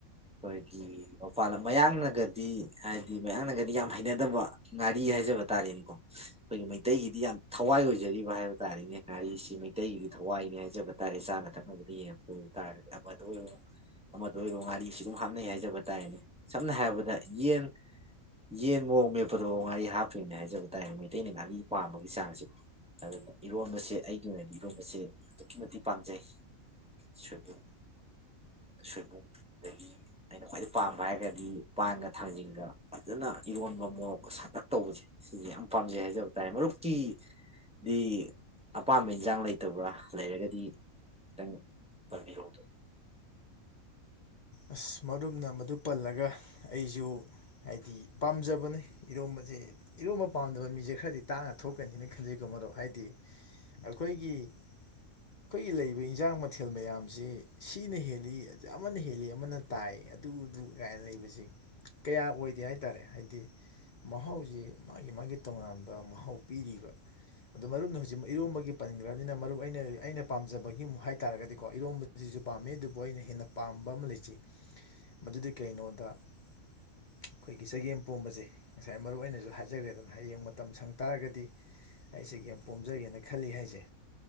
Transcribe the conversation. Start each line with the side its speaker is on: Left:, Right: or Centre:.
Centre: ꯑꯩꯈꯣꯏ ꯑꯩꯈꯣꯏꯒꯤ ꯃꯄꯥꯟ ꯂꯝ ꯃꯌꯥꯡꯅꯒꯗꯤ ꯍꯥꯏꯗꯤ ꯃꯌꯥꯡꯅꯒꯗꯤ ꯌꯥꯝ ꯍꯩꯅꯗꯕ ꯉꯥꯔꯤ ꯍꯥꯏꯖꯕ ꯇꯥꯔꯦꯅꯦꯀꯣ ꯑꯩꯈꯣꯏꯒꯤ ꯃꯩꯇꯩꯒꯤꯗꯤ ꯌꯥꯝ ꯊꯋꯥꯏ ꯑꯣꯏꯖꯔꯤꯕ ꯍꯥꯏꯕ ꯇꯥꯔꯦꯅꯦ ꯉꯥꯔꯤꯁꯤ ꯃꯩꯇꯩꯒꯤꯗꯤ ꯊꯋꯥꯏꯅꯤ ꯍꯥꯏꯖꯕ ꯇꯥꯔꯦ ꯆꯥꯅ ꯊꯛꯅꯕꯗ ꯌꯦꯡꯉ ꯊꯣꯛ ꯑꯣꯏꯕ ꯇꯥꯔꯒꯗꯤ ꯑꯃꯗ ꯑꯣꯏꯔꯣ ꯑꯃꯗ ꯑꯣꯏꯔꯣ ꯉꯥꯔꯤꯁꯤ ꯑꯗꯨꯝ ꯍꯥꯞꯅꯩ ꯍꯥꯏꯖ ꯍꯥꯏꯖꯕ ꯇꯥꯥꯏꯅꯦ ꯁꯝꯅ ꯍꯥꯏꯔꯕꯗ ꯌꯦꯟ ꯌꯦꯟ ꯃꯔꯣꯛ ꯃꯦꯞꯄꯗꯣ ꯉꯥꯔꯤ ꯍꯥꯞꯄꯝꯅꯦ ꯍꯥꯏꯖꯕ ꯇꯥꯔꯅꯦ ꯃꯩꯇꯩꯅ ꯉꯥꯔꯤ ꯄꯥꯝꯕꯒꯤ ꯆꯥꯡꯁꯦ ꯑꯗꯨꯅ ꯏꯔꯣꯟꯕꯁꯦ ꯑꯩꯒꯤ ꯑꯣꯏꯅꯗꯤ ꯏꯔꯣꯟꯕꯁꯦ ꯑꯗꯨꯛꯀꯤ ꯃꯇꯤꯛ ꯄꯥꯝꯖꯩ ꯁꯣꯏꯕꯨꯝ ꯁꯣꯏꯕꯨꯝꯗꯒꯤ ꯑꯩꯅ ꯈ꯭ꯋꯥꯏꯗꯩ ꯄꯥꯝꯕ ꯍꯥꯏꯔꯒꯗꯤ ꯄꯥꯟꯒ ꯊꯥꯡꯖꯤꯡꯒ ꯐꯖꯅ ꯏꯔꯣꯟꯕ ꯃꯣꯔꯣꯛꯀ ꯁꯇꯛ ꯇꯧꯕꯁꯦ ꯁꯤꯁꯦ ꯌꯥꯝ ꯄꯥꯝꯖꯩ ꯍꯥꯏꯖꯕ ꯇꯥꯔꯦ ꯃꯔꯨꯞꯀꯤꯗꯤ ꯑꯄꯥꯝꯕ ꯏꯟꯁꯥꯡ ꯂꯩꯇꯕ꯭ꯔꯥ ꯂꯩꯔꯒꯗꯤ ꯈꯤꯇꯪ ꯇꯥꯛꯄꯤꯔꯛꯑꯣ
Left: ꯑꯁ ꯃꯔꯨꯞꯅ ꯃꯗꯨ ꯄꯜꯂꯒ ꯑꯩꯁꯨ ꯍꯥꯏꯗꯤ ꯄꯥꯝꯖꯕꯅꯤ ꯏꯔꯣꯝꯕꯁꯦ ꯏꯔꯣꯝꯕ ꯄꯥꯝꯗꯕ ꯃꯤꯁꯦ ꯈꯔꯗꯤ ꯇꯥꯡꯅ ꯊꯣꯛꯀꯅꯤꯅ ꯈꯟꯖꯩꯀꯣ ꯃꯔꯨꯞ ꯍꯥꯏꯗꯤ ꯑꯩꯈꯣꯏꯒꯤ ꯑꯩꯈꯣꯏꯒꯤ ꯂꯩꯔꯤꯕ ꯏꯟꯖꯥꯡ ꯃꯊꯦꯜ ꯃꯌꯥꯝꯁꯤ ꯁꯤꯅ ꯍꯦꯜꯂꯤ ꯑꯗꯩ ꯑꯃꯅ ꯍꯦꯜꯂꯤ ꯑꯃꯅ ꯇꯥꯏ ꯑꯗꯨꯗꯨ ꯀꯥꯏꯅ ꯂꯩꯕꯁꯤ ꯀꯌꯥ ꯑꯣꯏꯗꯦ ꯍꯥꯏꯇꯥꯔꯦ ꯍꯥꯏꯗꯤ ꯃꯍꯥꯎꯁꯤ ꯃꯥꯒꯤ ꯃꯥꯒꯤ ꯇꯣꯉꯥꯟꯕ ꯃꯍꯥꯎ ꯄꯤꯔꯤꯕ ꯑꯗꯣ ꯃꯔꯨꯞꯅ ꯍꯧꯖꯤꯛꯃꯛ ꯏꯔꯣꯝꯕꯒꯤ ꯄꯟꯈ꯭ꯔꯕꯅꯤꯅ ꯃꯔꯨꯞ ꯑꯩꯅ ꯑꯩꯅ ꯄꯥꯝꯖꯕꯒꯤ ꯑꯃꯨꯛ ꯍꯥꯏꯇꯥꯔꯒꯗꯤꯀꯣ ꯏꯔꯣꯝꯕꯁꯤꯁꯨ ꯄꯥꯝꯃꯤ ꯑꯗꯨꯕꯨ ꯑꯩꯅ ꯍꯦꯟꯅ ꯄꯥꯝꯕ ꯑꯃ ꯂꯩꯖꯩ ꯃꯗꯨꯗꯤ ꯀꯩꯅꯣꯗ ꯑꯩꯈꯣꯏꯒꯤ ꯆꯒꯦꯝ ꯄꯣꯝꯕꯁꯦ ꯉꯁꯥꯏ ꯃꯔꯨꯞ ꯑꯩꯅꯁꯨ ꯍꯥꯏꯖꯈ꯭ꯔꯦꯗꯅ ꯍꯌꯦꯡ ꯃꯇꯝ ꯁꯪ ꯇꯥꯔꯒꯗꯤ ꯑꯩ ꯆꯒꯦꯝ ꯄꯣꯝꯖꯒꯦꯅ ꯈꯜꯂꯤ ꯍꯥꯏꯁꯦ